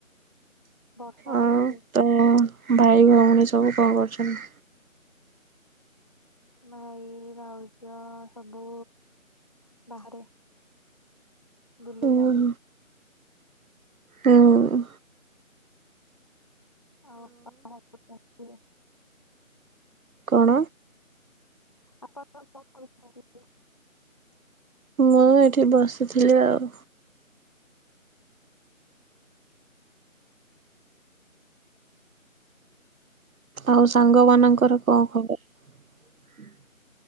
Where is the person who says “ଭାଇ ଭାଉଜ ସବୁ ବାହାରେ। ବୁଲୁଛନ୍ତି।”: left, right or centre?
Left